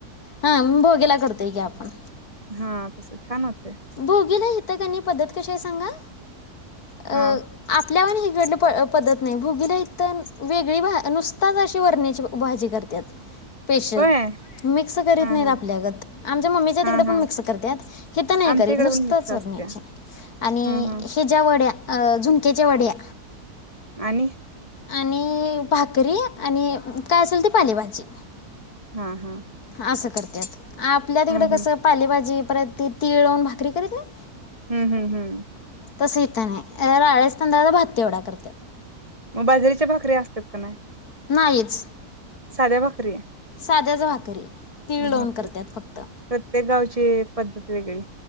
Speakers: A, on the left; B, on the right.
A: हां भोगिला करतेय की आपण.
B: हा तसं छान होत.
A: भोगीला इथं की नई पद्धत कशी आहे सांगा? अ
B: हा
A: आपल्यावाणी पद्धत नाही भोगीला इथ वेगळी नुसताच अशी वरण्याची भाजी करतात स्पेशल
B: होय
A: मिक्स करीत
B: हा
A: नाहीत
B: हा
A: आपल्यागत आमच्या मम्मीच्या
B: हा
A: तिकडे पण
B: हा
A: मिक्स करत्यात हित नाही
B: आमच्या
A: करीत
B: इकडे
A: नुस्तच
B: पण मिक्स
A: वरण्याची
B: असत्या
A: आणि
B: हा हा
A: हेज्या वड्या झुंक्याच्या वड्या
B: आणि
A: आणि भाकरी आणि काय असेल ती पालेभाजी
B: हा हा
A: असं करत्यात आपल्या तिकडे
B: हम्म
A: कसं
B: हम्म
A: पालेभाजी प्रति तिळ लावून भाकरी करीत नाही
B: हम्म हम्म हम्म
A: तस इथ नाही राळेच तांदळाचा भात ते एवढा करतात.
B: मग बाजरीच्या भाकरी असतात का नाही?
A: नाहीच.
B: साध्या भाकरी
A: साध्याच भाकरी. तीळ
B: ह
A: लावून करतात फक्त
B: प्रत्येक गावचे पद्धत वेगळी